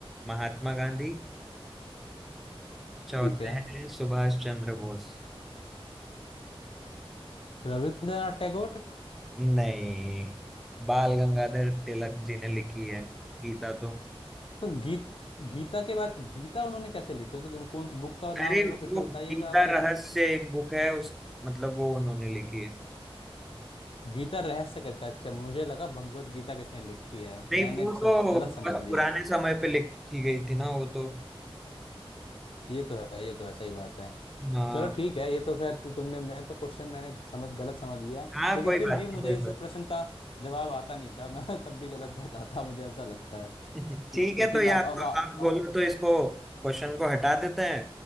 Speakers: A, in the centre; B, on the left (about 65°).
A: महात्मा गांधी चौथे
B: ठीक है
A: हैं सुभाष चंद्र बोस
B: रविंद्रनाथ टैगोर
A: नहीं बाल गंगाधर तिलक जी ने लिखी है गीता तो
B: तो गीत गीता के बारे गीता उन्होंने कैसे लिखी मतलब कौन कौन बुक का नाम
A: अरे
B: एक बार फिर से
A: वो
B: बताइएगा
A: गीता
B: आप
A: रहस्य एक बुक है उस मतलब वो उन्होंने लिखी है
B: गीता रहस्य करके अच्छा मुझे लगा भगवत गीता किसने लिखी है
A: नहीं
B: मैंने
A: वो तो
B: सब गलत
A: बहुत
B: समझ लिया
A: पुराने समय पे लिखी गई थी ना वो तो
B: ये तो है ये तो है सही बात है
A: हाँ
B: चलो ठीक है ये तो फिर तु, तुमने मैं तो क्वेश्चन मैंने समझ गलत समझ लिया
A: हाँ
B: लेकिन
A: कोई
B: फिर
A: बात
B: भी मुझे
A: नहीं कोई
B: इस
A: बात
B: प्रश्न का जवाब आता नहीं था <laughs> मैं तब भी गलत बताता मुझे ऐसा लगता है
A: नहीं। <laughs>
B: ठीक
A: ठीक है
B: ठीक
A: तो यार
B: आप अब
A: तो आप बोलो तो इसको क्वेश्चन को हटा देते हैं